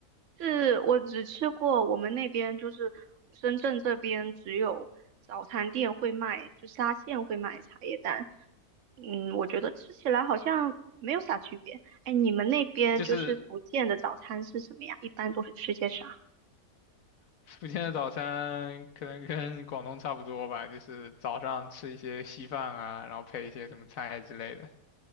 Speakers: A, on the right; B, on the left.
A: 是我只吃过我们那边就是深圳这边只有早餐店会卖，就沙县会卖茶叶蛋。嗯，我觉得吃起来好像没有啥区别。哎，你们那边就是福建的早餐是什么呀？
B: 就是
A: 一般都是吃些啥？
B: 福建的早餐可能跟广东差不多吧，就是早上吃一些稀饭啊，然后配一些什么菜之类的。